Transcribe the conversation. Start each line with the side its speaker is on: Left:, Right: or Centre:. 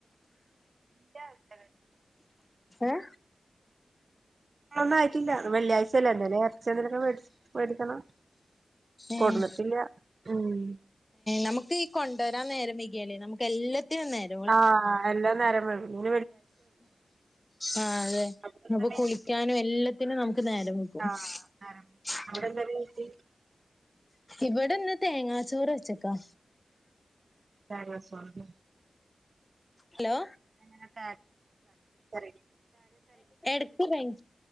Right: ഇല്ല ഉച്ചകഴി
Left: ആഏ
Right: ഒന്നും ആയിട്ടില്ല വെള്ളിയാഴ്ച അല്ല എ ഇറച്ച എന്തിനൊക്കെേ മേടിക്കണം
Left: ഏഹ്
Right: കൊടുന്നിട്ടില്ല ഉം
Left: നമുക്ക് ഈ കൊണ്ടുവരാൻ നേരം മികയല്ലേ നമുക്ക് എല്ലത്തിനും നേരം
Right: ആഹ എല്ലാം നേരം വൈക്കും
Left: ആ അതെ
Right: അപ്പൊ പിന്നെ
Left: നപ്പൊ കുളിക്കാനും എല്ലാത്തിനും നമുക്ക് നേരം ആ
Right: ആഹ് അന്നേരം അവിടെ എന്തായാലും
Left: ഇവിടെന്ന് തേങ്ങാച്ചോറ് വച്ചക്കാ
Right: തേങ്ങ ചോറ്
Left: ഹലോ
Right: അങ്ങനക്ക ആരി
Left: എടക്ക് തേ